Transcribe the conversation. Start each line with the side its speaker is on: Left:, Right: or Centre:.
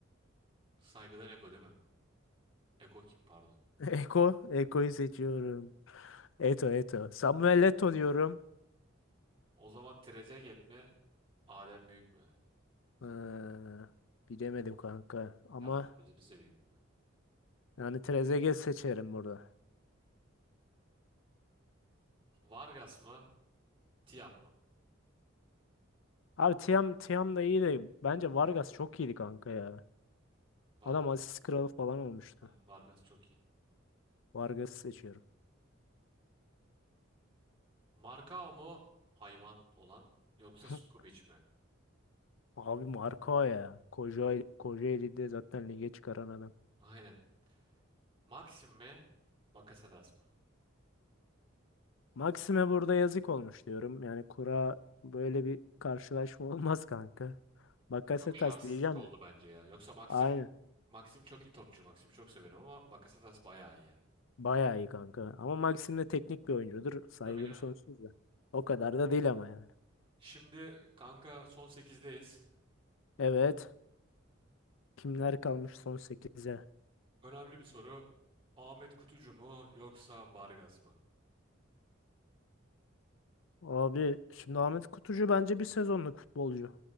Right: Saygıdan Eko değil mi? Eko kim pardon.
Left: <laughs> Eko, Eko'yu seçiyorum. Eto, Eto. Samuel Eto diyorum.
Right: O zaman Trezeguet mi? Adem Büyük mü?
Left: Ha, bilemedim kanka. Ama
Right: Yapma gözünü seveyim.
Left: yani Trezeguet seçerim burada.
Right: Vargas mı? Tiam mı?
Left: Abi Tiam, Tiam da iyi de bence Vargas çok iyiydi kanka ya.
Right: Vargas.
Left: Adam asist kralı falan olmuştu.
Right: Ha, Vargas çok iyi.
Left: Vargas'ı seçiyorum.
Right: Markao mu hayvan olan yoksa
Left: <laughs>
Right: Sukubic mi?
Left: Abi Marco ya. Koca, Kocaeli'de zaten lige çıkaran adam.
Right: Aynen. Maxim mi? Bakasetas mı?
Left: Maxime burada yazık olmuş diyorum. Yani kura böyle bir karşılaşma <laughs> olmaz kanka. Bakasetas
Right: Çok şanssızlık
Left: diyeceğim
Right: oldu
Left: de.
Right: bence ya. Yoksa Maxim
Left: Aynen.
Right: Maxim çok iyi topçu. Maxim'i çok severim ama Bakasetas bayağı iyi yani.
Left: Bayağı iyi kanka. Ama Maxim de teknik bir oyuncudur. Saygım
Right: Tabii canım.
Left: sonsuz da. O kadar da değil ama yani.
Right: Şimdi kanka son sekizdeyiz.
Left: Evet. Kimler kalmış son sekize.
Right: Önemli bir soru. Ahmet Kutucu mu yoksa Vargas mı?
Left: Abi şimdi Ahmet Kutucu bence bir sezonluk futbolcu.